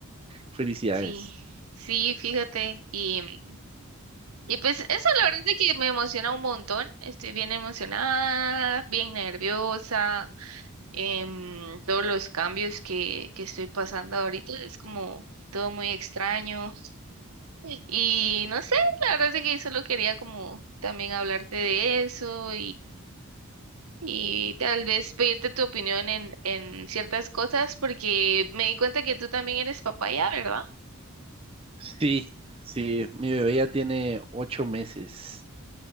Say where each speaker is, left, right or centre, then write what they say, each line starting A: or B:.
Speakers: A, on the right; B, on the right.
A: Felicidades.
B: sí, sí, fíjate. Y, y pues eso, la verdad es que me emociona un montón. Estoy bien emocionada, bien nerviosa. em, todos los cambios que, que estoy pasando ahorita es como todo muy extraño. Y no sé, la verdad es que solo quería como también hablarte de eso y tal vez pedirte tu opinión en, en ciertas cosas, porque me di cuenta que tú también eres papá ya, ¿verdad?
A: Sí, sí, mi bebé ya tiene ocho meses.